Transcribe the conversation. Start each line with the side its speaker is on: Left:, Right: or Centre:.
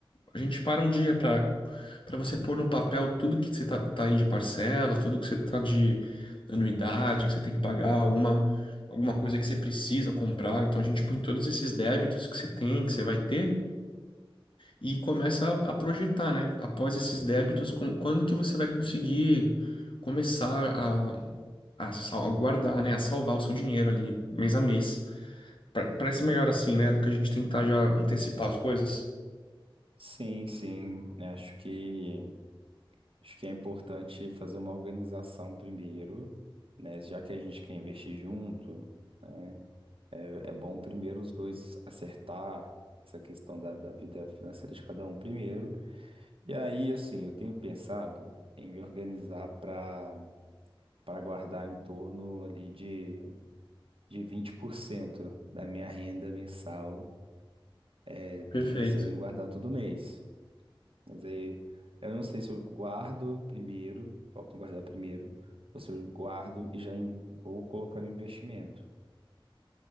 Left: a gente para um dia para para você pôr no papel tudo que você tá, tá aí de parcela, tudo que você tá de anuidade, que você tem que pagar, alguma, alguma coisa que você precisa comprar. Então a gente põe todos esses débitos que você tem, que você vai ter, e começa a, a projetar, né? Após esses débitos, com- quando que você vai conseguir começar a, a, sal- a guardar, né? A salvar o seu dinheiro ali mês a mês. Pa- Parece melhor assim, né? Do que a gente tentar já antecipar as coisas.
Right: Sim, sim. Acho que. Acho que é importante fazer uma organização primeiro, né? Já que a gente quer investir junto, né? É, é bom primeiro os dois acertar essa questão da, da vida financeira de cada um primeiro. E aí, assim, eu tenho pensado em me organizar para para guardar em torno ali de, de 20% da minha renda mensal. Estou
Left: Perfeito.
Right: pensando em guardar todo mês. Mas aí eu não sei se eu guardo primeiro, foco em guardar primeiro, ou se eu guardo e já in- vou colocando investimento.